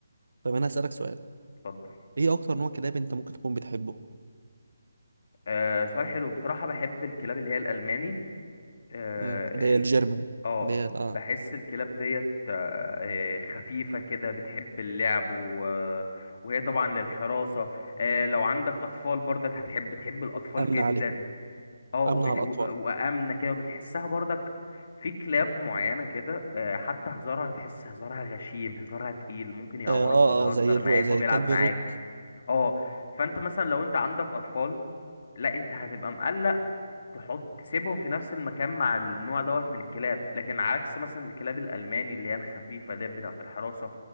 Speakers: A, on the right (about 70°); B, on the left (about 50°).
A: طب انا هسألك سؤال
B: اتفضل
A: ايه اكتر نوع كلاب انت ممكن تكون بتحبه
B: آه سؤال حلو بصراحة بحب الكلاب اللي هي الألماني اه
A: مم. اللي هي
B: ال-
A: الجيرمان
B: آه،
A: اللي هي ال- اه
B: بحس الكلاب ديت آه، آه، خفيفة كده بتحب اللعب و... آه، وهي طبعا للحراسة آه لو عندك أطفال برضك هتحب بتحب الأطفال
A: امن
B: جدا
A: عليهم
B: اه وبت...
A: امنع الاطفال
B: و... وآمنة كده وبتحسها برضك في كلاب معينة كده آه حتى هزارها بتحس هزارها غشيم هزارها تقيل ممكن يعورك
A: اه اه
B: وهو بيهزر
A: آه، زي الرو...
B: معاك
A: زي
B: وهو بيلعب
A: كلب
B: معاك
A: الروت
B: اه فانت مثلا لو انت عندك اطفال لا انت هتبقى مقلق تحط تسيبهم في نفس المكان مع النوع دوت من الكلاب لكن على عكس مثلا الكلاب الالماني اللي هي الخفيفه ديت بتاعه الحراسه